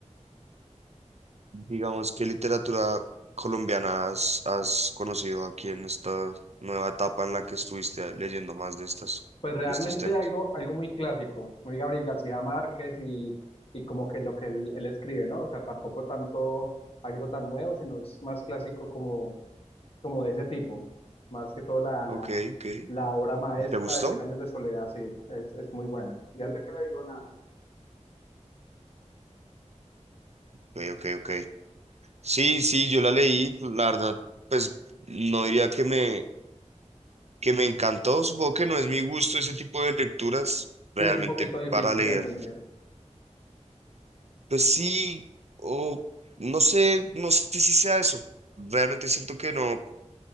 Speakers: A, on the right; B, on the left.
A: Digamos, ¿qué literatura colombiana has, has conocido aquí en esta nueva etapa en la que estuviste leyendo más de estas,
B: Pues realmente
A: de estos temas?
B: algo, algo muy clásico, muy Gabriel García Márquez y, y como que lo que él, él escribe, ¿no? O sea, tampoco tanto algo tan nuevo, sino es más clásico como como de ese tipo. Más que todo la, la,
A: Ok, ok.
B: la obra maestra
A: ¿Te gustó?
B: de Cien años de soledad, sí, es, es muy buena. Ya- No sé qué le digo nada.
A: Ok, ok, ok. Sí, sí, yo la leí, la verdad, pues no diría que me, que me encantó, supongo que no es mi gusto ese tipo de lecturas realmente
B: Sí, es un poquito difícil
A: para leer.
B: de entender.
A: Pues sí, o no sé, no sé si sea eso, realmente siento que no,